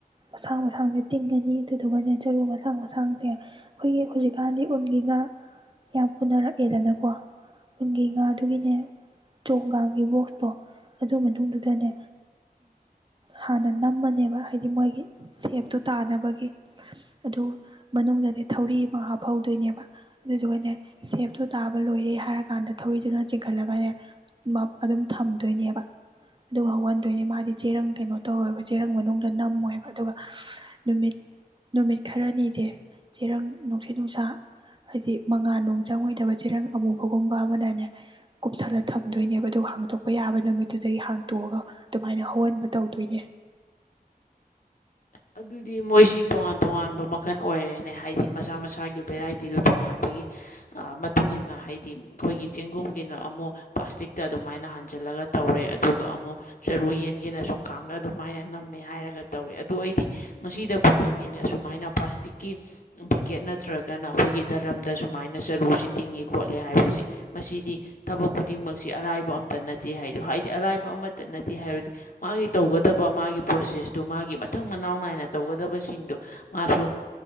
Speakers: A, on the right; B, on the left.
A: ꯃꯁꯥꯡ ꯃꯁꯥꯡꯁꯦ ꯇꯤꯡꯉꯅꯤ ꯑꯗꯨꯗꯨꯒꯅꯦ ꯆꯔꯨ ꯃꯁꯥꯡ ꯃꯁꯥꯡꯁꯦ ꯑꯩꯈꯣꯏꯒꯤ ꯍꯧꯖꯤꯛꯀꯥꯟꯗꯤ ꯎꯟꯒꯤ ꯉꯥ ꯌꯥꯝ ꯄꯨꯅꯔꯛꯑꯦꯗꯅꯀꯣ ꯎꯟꯒꯤ ꯉꯥꯗꯨꯒꯤꯅꯦ ꯆꯣꯡꯒꯒꯤ ꯕꯣꯛꯁꯇꯣ ꯑꯗꯨ ꯃꯅꯨꯡꯗꯨꯗꯅꯦ ꯍꯥꯟꯅ ꯅꯝꯃꯅꯦꯕ ꯍꯥꯏꯗꯤ ꯃꯣꯏꯒꯤ ꯁꯦꯞꯇꯣ ꯇꯥꯅꯕꯒꯤ ꯑꯗꯨ ꯃꯅꯨꯡꯗꯗꯤ ꯊꯧꯔꯤ ꯑꯃ ꯍꯥꯞꯍꯧꯗꯣꯏꯅꯦꯕ ꯑꯗꯨꯗꯨꯒꯅꯦ ꯁꯦꯞꯇꯨ ꯇꯥꯕ ꯂꯣꯏꯔꯦ ꯍꯥꯏꯔꯀꯥꯟꯗ ꯊꯧꯔꯤꯗꯨꯅ ꯆꯤꯡꯈꯠꯂꯒꯅꯦ ꯑꯗꯨꯝ ꯊꯝꯗꯣꯏꯅꯦꯕ ꯑꯗꯨ ꯍꯧꯍꯟꯗꯣꯏꯅꯦ ꯃꯥꯗꯤ ꯆꯦꯔꯪ ꯀꯩꯅꯣ ꯇꯧꯔꯣꯏꯕ ꯆꯦꯔꯪ ꯃꯅꯨꯡꯗ ꯅꯝꯃꯣꯏꯕ ꯑꯗꯨꯒ ꯅꯨꯃꯤꯠ ꯅꯨꯃꯤꯠ ꯈꯔꯅꯤꯗꯤ ꯆꯦꯔꯪ ꯅꯨꯡꯁꯤꯠ ꯅꯨꯡꯁꯥ ꯍꯥꯏꯗꯤ ꯃꯉꯥꯜ ꯅꯨꯡ ꯆꯪꯉꯣꯏꯗꯕ ꯆꯦꯔꯪ ꯑꯃꯨꯕꯒꯨꯝꯕ ꯑꯃꯅꯅꯦ ꯀꯨꯞꯁꯜꯂ ꯊꯝꯗꯣꯏꯅꯦꯕ ꯑꯗꯨꯒ ꯍꯥꯡꯇꯣꯛꯄ ꯌꯥꯕ ꯅꯨꯃꯤꯠꯇꯨꯗꯒꯤ ꯍꯥꯡꯇꯣꯛꯑꯒ ꯑꯗꯨꯃꯥꯏꯅ ꯍꯧꯍꯟꯕ ꯇꯧꯗꯣꯏꯅꯦ
B: ꯑꯗꯨꯗꯤ ꯃꯣꯏꯁꯤ ꯇꯣꯉꯥꯟ ꯇꯣꯉꯥꯟꯕ ꯃꯈꯜ ꯑꯣꯏꯔꯦꯅꯦ ꯍꯥꯏꯗꯤ ꯃꯁꯥ ꯃꯁꯥꯒꯤ ꯚꯦꯔꯥꯏꯇꯤꯗꯨ ꯇꯣꯉꯥꯟꯕꯒꯤ ꯃꯇꯨꯡ ꯏ ꯃꯇꯨꯡꯏꯟꯅ ꯍꯥꯏꯗꯤ ꯑꯩꯈꯣꯏꯒꯤ ꯆꯦꯡꯒꯨꯝꯒꯤꯅ ꯑꯃꯨꯛ ꯄ꯭ꯂꯥꯁꯇꯤꯛꯇ ꯑꯗꯨꯃꯥꯏꯅ ꯍꯥꯟꯖꯜꯂꯒ ꯇꯧꯔꯦ ꯑꯗꯨꯒ ꯑꯃꯨꯛ ꯆꯔꯨ ꯌꯦꯟꯒꯤꯅ ꯆꯣꯡꯀꯥꯡꯗ ꯑꯗꯨꯃꯥꯏꯅ ꯅꯝꯃꯦ ꯍꯥꯏꯔꯒ ꯇꯧꯔꯦ ꯑꯗꯨ ꯑꯩꯗꯤ ꯉꯁꯤꯗꯕꯨ ꯈꯪꯉꯤꯅꯦ ꯑꯁꯨꯃꯥꯏꯅ ꯄ꯭ꯂꯥꯁꯇꯤꯛꯀꯤ ꯕꯛꯀꯦꯠ ꯅꯠꯇ꯭ꯔꯒꯅ ꯑꯩꯈꯣꯏꯒꯤ ꯗꯔꯝꯗ ꯁꯨꯃꯥꯏꯅ ꯆꯔꯨꯁꯤ ꯇꯤꯡꯉꯤ ꯈꯣꯠꯂꯤꯦ ꯍꯥꯏꯕꯁꯦ ꯃꯁꯤꯗꯤ ꯊꯕꯛ ꯈꯨꯗꯤꯡꯃꯛꯁꯤ ꯑꯔꯥꯏꯕ ꯑꯃꯇ ꯅꯠꯇꯦ ꯍꯥꯏꯗꯣ ꯍꯥꯏꯗꯤ ꯑꯔꯥꯏꯕ ꯑꯃꯇ ꯅꯠꯇꯦ ꯍꯥꯏꯕꯗꯤ ꯃꯥꯒꯤ ꯇꯧꯒꯗꯕ ꯃꯥꯒꯤ ꯄ꯭ꯔꯣꯁꯦꯁꯇꯨ ꯃꯥꯒꯤ ꯃꯊꯪ ꯃꯅꯥꯎ ꯅꯥꯏꯅ ꯇꯧꯒꯗꯕꯁꯤꯡꯗꯣ ꯃꯥꯁꯨ